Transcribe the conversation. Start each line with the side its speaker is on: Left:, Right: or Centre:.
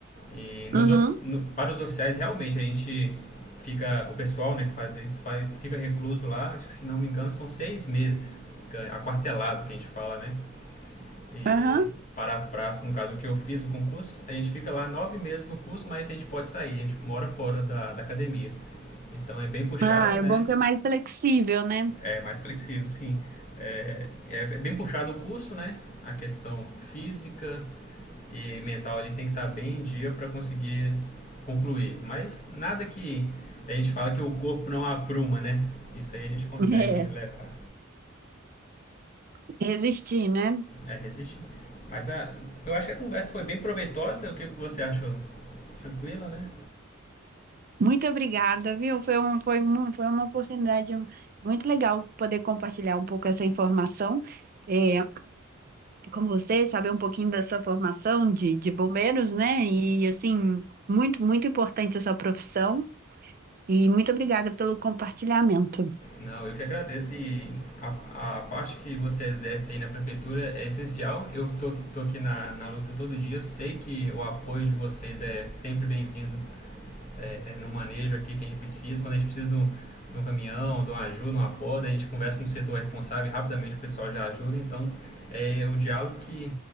Left: E nos
Right: uhum,
Left: no- para os oficiais, realmente, a gente fica. O pessoal né, que faz isso faz- fica recluso lá, acho que, se não me engano, são seis meses. Fica aquartelado, que a gente fala, né? E
Right: aham.
Left: para as praças, no caso, o que eu fiz o concurso, a gente fica lá nove meses no curso, mas a gente pode sair, a gente mora fora da, da academia. Então é bem puxado,
Right: Ah, é
Left: né?
Right: bom que é mais flexível, né?
Left: É mais flexível, sim. É, é bem puxado o curso, né? A questão física, e mental ali tem que estar bem em dia para conseguir concluir. Mas nada que a gente fala que o corpo não apruma, né? Isso aí a gente consegue
Right: É,
Left: levar,
Right: <laughs> resistir, né?
Left: é, resistir. Mas a, eu acho que a conversa foi bem proveitosa. O que você achou? Tranquila, né?
Right: Muito obrigada, viu? Foi um, foi, mu- foi uma oportunidade muito legal poder compartilhar um pouco essa informação. É, com você, saber um pouquinho da sua formação de, de bombeiros, né? E assim, muito, muito importante a sua profissão. E muito obrigada pelo compartilhamento.
Left: Não, eu que agradeço e a, a parte que você exerce aí na prefeitura é essencial. Eu tô, tô aqui na, na luta todo dia, Eu sei que o apoio de vocês é sempre bem-vindo é, é, no manejo aqui que a gente precisa. Quando a gente precisa do um, de um caminhão, de uma ajuda, uma poda, a gente conversa com o setor responsável e rapidamente o pessoal já ajuda. Então, é o diálogo que,